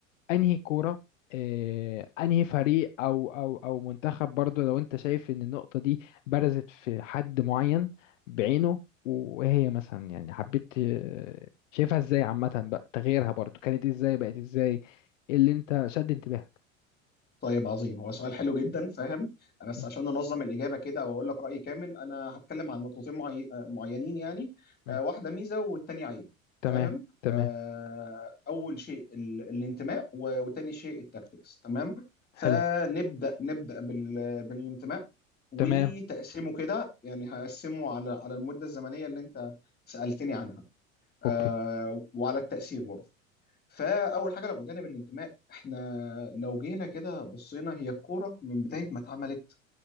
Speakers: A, on the left; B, on the left.
A: انهي كورة آه، انهي فريق او او او منتخب برضو لو انت شايف ان النقطة دي برزت في حد معين بعينه وهي مثلا يعني حبيت آه، شايفها ازاي عامة بقى تغييرها برضو كانت ازاي بقت ازاي ايه اللي انت شد انتباهك
B: طيب عظيم هو سؤال حلو جدا فاهم بس
A: مم.
B: عشان ننظم الإجابة كده أو أقول لك رأيي كامل أنا هتكلم عن نقطتين معي... آه، معينين يعني
A: مم.
B: آه، واحدة ميزة والتانية عيب
A: تمام
B: فاهم
A: تمام
B: آه، أول شيء ال... الانتماء و... وتاني شيء التاكتكس تمام
A: حلو
B: فنبدأ نبدأ بال... بالانتماء وتقسيمه
A: تمام
B: كده يعني هقسمه على على المدة الزمنية اللي أنت سألتني عنها آه،
A: اوكي
B: وعلى التأثير برضه فاول حاجه لو بدانا بالانتماء احنا لو جينا كده بصينا هي الكوره من بدايه ما اتعملت